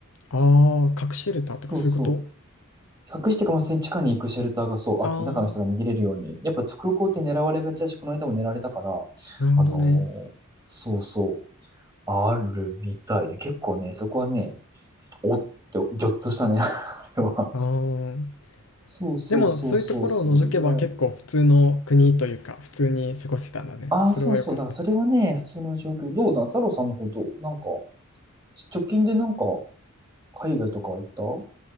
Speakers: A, on the left; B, on the right.
A: ああ、核シェルターとかそういうこと
B: そうそう。隠してか、ま普通に地下に行くシェルターがそうあって、
A: ああ、
B: 中の人が逃げれるように。やっぱ空港って狙われがちだし、この間も狙われたから、
A: なるほどね。
B: あのーそうそう、あるみたいね。結構ね、そこはね、おっって、ぎょっとしたね、<laughs> あれは。
A: ああ。
B: そうそうそうそう、
A: でもそういうところを除けば結構普通の国というか、
B: それぐらい。
A: 普通に過ごせたんだね。
B: ああ、
A: それは良かった。
B: そうそう、なんかそれはね、普通の状況。どうだ、太郎さんの方どうなんか、ち直近でなんか、海外とかは行った